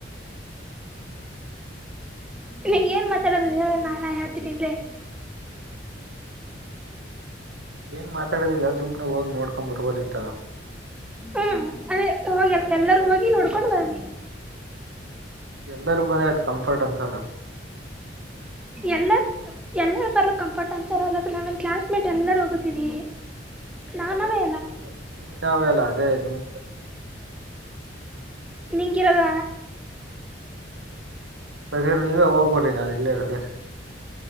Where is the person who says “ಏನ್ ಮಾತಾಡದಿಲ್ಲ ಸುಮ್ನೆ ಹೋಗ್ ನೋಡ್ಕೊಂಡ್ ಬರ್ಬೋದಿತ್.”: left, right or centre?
Right